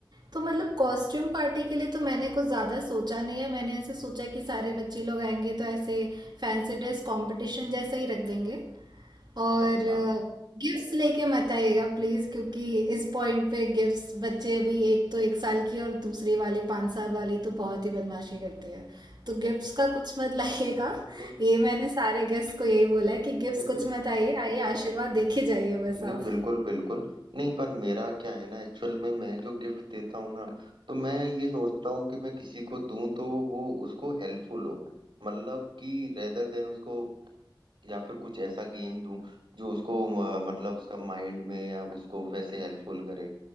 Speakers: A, on the right; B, on the right.
A: तो मतलब कॉस्ट्यूम पार्टी के लिए तो मैंने कुछ ज़्यादा सोचा नहीं है मैंने ऐसे सोचा कि सारे बच्चे लोग आएंगे तो ऐसे फैंसी ड्रेस कंपटीशन जैसा ही रख देंगे
B: अच्छा
A: और
B: अच्छा
A: गिफ्ट्स लेके मत आइएगा प्लीज क्योंकि इस पॉइंट पे गिफ्ट्स बच्चे अभी एक तो एक साल की है और दूसरी वाली पाँच साल वाली तो बहुत ही बदमाशी करती है तो गिफ्ट्स का कुछ मत <laughs> लाइएगा
B: नहीं
A: ये मैंने सारे गेस्ट को यही बोला है कि गिफ्ट्स
B: लेकिन
A: कुछ मत आइए आइए आशीर्वाद देखे जाइए बस
B: नहीं
A: आप
B: बिल्कुल बिल्कुल नहीं पर मेरा क्या है ना एक्चुअल में मैं जो गिफ्ट देता हूँ ना तो मैं ये सोचता हूँ कि मैं किसी को दूं तो वो उसको हेल्पफुल हो मतलब कि रेदर देन उसको या फिर कुछ ऐसा गेम दूं जो उसको अ, मतलब उसका माइंड में या उसको वैसे हेल्पफुल करे